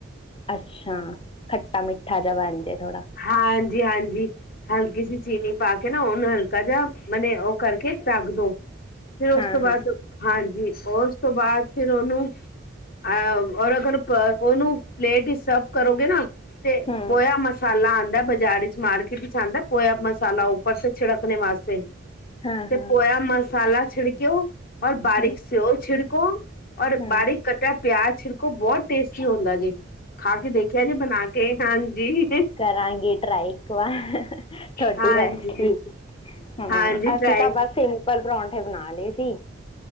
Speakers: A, on the left; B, on the left.
A: ਅੱਸ਼ਾਂ, ਖੱਟਾ-ਮਿੱਠਾ ਜਿਹਾ ਬਨ ਜੇ ਥੋੜਾ
B: ਹਾਂਜੀ, ਹਾਂਜੀ। ਹਲਕੀ ਜੀ ਚੀਨੀ ਪਾ ਕੇ ਨਾ ਹੁਨ ਹਲਕਾ ਜੇਆ ਮਨੇ ਓ ਕਰਕੇ ਟਾਕ ਦੋ ਫੇਰ ਉਸ
A: ਹਾਂ
B: ਤੋ ਬਾਦ,
A: ਹਾਂ
B: ਹਾਂਜੀ। ਉਸ ਤੋ ਬਾਦ ਫੇਰ ਓਨੂੰ <inaudible> ਓਨੂੰ ਪਲੇਟ ਚ ਸਰਵ ਕਰੋਗੇ ਨਾ ਤੇ
A: ਹੂੰ
B: <inaudible> ਆਂਦਾ ਐ ਬਾਜ਼ਾਰ ਵਿਚ ਮਾਰਕੀਟ ਵਿਚ ਆਂਦਾ ਪੋਯਾ ਮਸਾਲਾ, ਉੱਪਰ ਸੇ ਛਿੜਕਨੇ ਵਾਸਤੇ
A: ਹਾਂ
B: ਤੇ
A: ਹਾਂ
B: ਪੋਯਾ ਮਸਾਲਾ ਛਿੜਕਯੋ ਔਰ ਬਾਰੀਕ
A: ਹੂੰ
B: <inaudible> <inaudible> ਔਰ
A: ਹੂੰ
B: ਬਾਰੀਕ ਕਟਆ ਪਿਆਜ ਛਿੜਕੋ ਬੋਤ ਟੇਸਟੀ ਹੋਂਦਾ ਜੇ। ਖਾ ਕੇ ਦੇਖਿਆ ਜੇ ਬਨਾ ਕੇ? ਹਾਂਜੀ।
A: ਕਰਾਂਗੀ ਟਰਾਈ ਇੱਕ ਵਾਰ ਤੁਆਡੀ
B: ਹਾਂਜੀ
A: ਰੈਸਪੀ। ਹੂੰ,
B: ਹਾਂਜੀ
A: ਅਸੀ
B: ਟਰਾਈ
A: ਤਾ ਬਸ ਸਿੰਪਲ ਪ੍ਰੋਂਠ ਬਨਾ ਲੇ ਸੀ‌।